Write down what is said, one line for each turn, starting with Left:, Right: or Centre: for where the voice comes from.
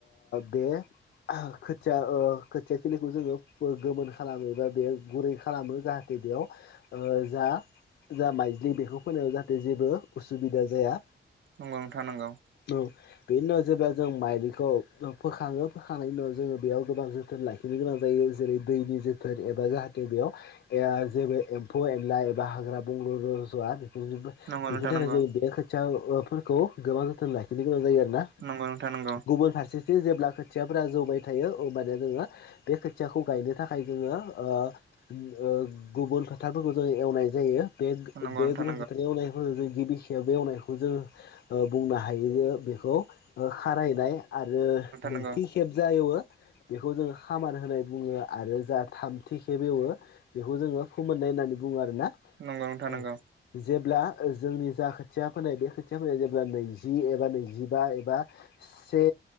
Left: बे खोथिया ओ खोथिया थिलिखौ जोङो गोमोन खालामो एबा बे गुरै खालामो। जाहाथे बेयाव ओ जा जा माइज्लि बेखौ फोनायाव जाहाथे जेबो उसुबिदा जाया।
Right: नंगौ नोंथां नंगौ
Left: औ बेनि उनाव जेब्ला जों माइलिखौ फोखाङो फोखांनायनि उनाव जोङो बेयाव गोबां जोथोन लाखिनो गोनां जायो। जेरै दैनि जो थोन एबा जाहाथे बेयाव जेबो ए एम्फौ एनला एबा हाग्रा बंग्रा रज'वा बेफोरनि
Right: नंगौ नोंथां
Left: थाखाय
Right: नंगौ
Left: जों बे खोथियाफोरखौ गोबां जोथोन लाखिनो गोनां जायो। ना
Right: नंगौ नोंथां नंगौ
Left: गुबुन फारसेथिं जेब्ला खोथियाफोरा जौबाय थायो। अब्लानिया जोङो बे खोथियाखौ गायनो थाखाय जोङो ओ गुबुन फोथारफोरखौ जोङो एवनाय जायो। बे
Right: नंगौ नोंथां
Left: गुबुन फोथारफोर एवनायफोरखौ जों गिबि खेब एवनायखौ जोङो बुंनो हायो। बेखौ खारायनाय आरो नैथि
Right: नंगौ
Left: खेब जायो बेखौ जोङो खामार होनाय बुङो आरो‌। जा थामथिखेब एवो बेखौ जोङो फोमोननाय होननानै बुङो आरो ना औ
Right: नंगौ नोंथां नंगौ
Left: जेब्ला जोंनि जा खोथिया फोनाय बे खोथिया फोनाया जेब्ला नैजि एबा नैजिबा एबा से